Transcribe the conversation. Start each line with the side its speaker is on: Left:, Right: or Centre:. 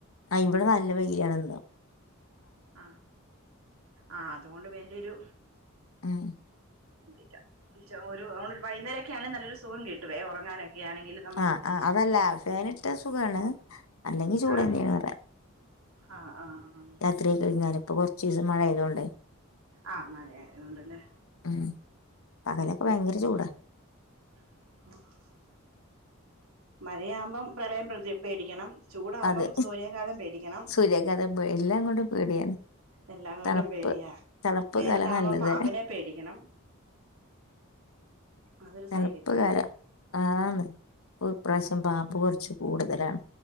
Left: ആഹ് ഇവടെ നല്ല വെയിലാണ്ന്ന്.
Right: ആഹ് ആഹ് അത്കൊണ്ട് വെല്ല്യൊരു
Left: ഉം
Right: <unintelligible> ഒരു ഓണ്ടൊരു വൈന്നേരെക്കാ ണെ നല്ലൊരു സുഖം കിട്ടുവേ ഒറങ്ങാനൊക്കെ ആണെങ്കില്
Left: ആഹ് ആഹ് അതല്ല ഫാനിട്ട സുഖണ്. അല്ലെങ്കിൽ ചൂടെന്നെ
Right: ആഹ്
Left: <unintelligible>
Right: ആഹ് ആഹ് ആഹ്
Left: രാത്രിയൊക്കെ <unintelligible> ഇപ്പൊ കൊറർച്ചീസം മഴെയ്തൊണ്ടേ
Right: ആഹ് മഴയായതോണ്ട്ല്ലേ
Left: ഉം പകലൊക്കെ ഭയങ്കര ചൂടാ.
Right: <unintelligible> മഴയാകുമ്പം പ്രളയം പ്രതി പേടിക്കണം. ചൂടാകുമ്പം
Left: അതെ
Right: സൂര്യാഘാതം പേടിക്കണം
Left: സൂര്യാഘാതം എല്ലാം കൊണ്ടും പേട്യാണ്.
Right: എല്ലാം കൊണ്ടും
Left: തണ്പ്പ്
Right: പേടിയാ
Left: തണ്പ്പ്
Right: വേനലാകുമ്പം
Left: കാലം നല്ലത്.
Right: പാമ്പിനെ പേടിക്കണം അതൊരു
Left: തണുപ്പ്
Right: സൈഡി കൂടെ
Left: കാലം
Right: ഉം
Left: ആന്ന് ഇപ്രാവശ്യം പാമ്പ് കൊർച്ച് കൂടുതലാണ്.